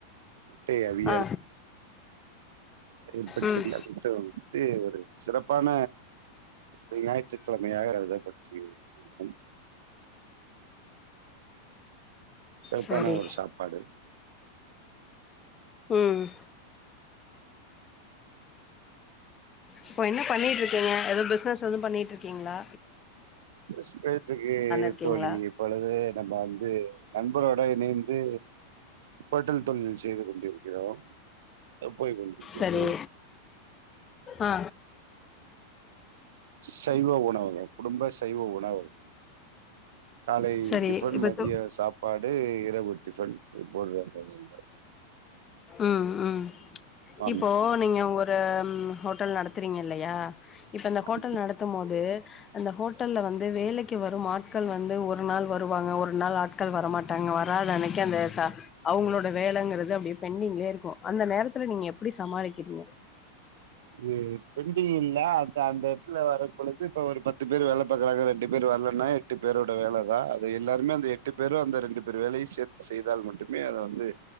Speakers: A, on the right; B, on the left.
A: முட்டை அவியல்
B: ஆ
A: தயிர்ப்பச்சேடி
B: ம்
A: <unintelligible> ந்து ஒரு சிறப்பான ஒரு ஞாயிற்றுக்கிழமையாக <unintelligible> இருக்கும் சிறப்பான
B: சரி
A: ஒரு சாப்பாடு
B: ம் இப்ப என்ன பண்ணிட்ருக்கிங்க எது பிஸ்னஸ் எதுவு பண்ணிட்ருக்கிங்களா
A: ஸ் பேயிட்ருக்கு
B: இருக்கீங்களா
A: தோழி இப்பொழுது நம்ம வந்து நண்பரோட இணைந் து ஹோட்டல் தொழில் செய்து கொண்டி இருக்கிறோம் ஆ போய் கொண்டு இருக்கிறது
B: சரி ஆ
A: சைவ உணவகம் குடும்ப சைவ உணவகம் காலை
B: சரி
A: டிஃபன்
B: இப்ப
A: மதிய
B: தொ
A: சாப்பாடு இரவு டிஃபன் ரிப்போர்ட் வேற சரியில்ல
B: ம் ம்
A: ஆமா
B: இப்போ நீங்க ஒரு அ ம் ஹோட்டல் நடத்துறீங்க இல்லயா இப்ப இந்த ஹோட்டல்
A: ஆமா.
B: நடத்து மோது அந்த ஹோட்டல்ல வந்து வேலைக்கு வரும் ஆட்கள் வந்து ஒரு நாள் வருவாங்க ஒரு நாள் ஆட் கள் வரமாட்டாங்க வராத அன்னைக்கு அந்த சா அவுங்ளோட வேலங்கிறது அப்டியே பெண்டிங்லே இருக்கு அந்த நேரத்துல நீங்க எப்டி சமாளிக்கிறீங்க
A: இது பெண்டிங் இல்ல அந்த அந்த எட்த்துல வரு பொழுது இப்ப ஒரு பத்து பேர் வேல பாக்குறாங்க ரெண்டு பேர் வர்லன்னா எட்டு பேரோட வேலதா அது எல்லாருமே அந்த எட்டு பேரு அந்த ரெண்டு பேரு வேலயு சேத் த்து செய்தால் மட்டுமே அத வந்து